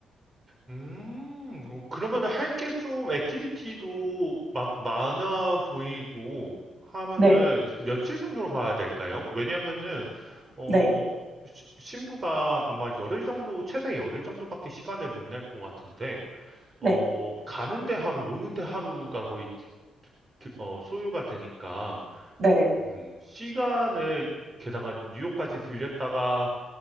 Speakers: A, on the right; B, on the right.
A: 음, 어, 그러면 할 게 좀, 액티비티도 막 많아 보이고 하면은
B: 네,
A: 며칠 정도로 가야 될까요? 왜냐면은, 어,
B: 네,
A: 시- 신부가 아마 열흘 정도, 최대 열흘 정도밖에 시간을 못 낼 것 같은데,
B: 네,
A: 어, 가는데 하루, 오는데 하루가 거의 드- 어, 소요가 되니까,
B: 네.
A: 음, 시간을, 게다가 뉴욕까지 들렸다가